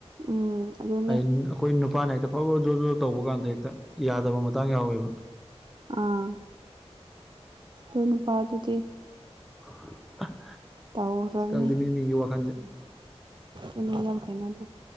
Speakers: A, on the right (about 45°); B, in the centre.
A: ꯎꯝ ꯑꯗꯨꯅꯦ
B: ꯍꯥꯏ ꯑꯩꯈꯣꯏ ꯅꯨꯄꯥꯅ ꯍꯦꯛꯇ ꯐꯠ ꯐꯠ ꯖꯣꯠ ꯖꯣꯠ ꯇꯧꯕ ꯀꯥꯟꯗ ꯍꯦꯛꯇ ꯌꯥꯗꯕ ꯃꯇꯥꯡ ꯌꯥꯎꯑꯦꯕ
A: ꯑꯥ ꯑꯗꯨ ꯅꯨꯄꯥꯥꯗꯨꯗꯤ
B: <unintelligible>
A: ꯇꯧꯈ꯭ꯔꯥꯝꯅꯤ
B: ꯈꯪꯗꯦ ꯃꯤ ꯃꯤꯒꯤ ꯋꯥꯈꯜꯁꯦ
A: ꯑꯗꯨ ꯌꯥꯝ ꯍꯩꯅꯗꯦ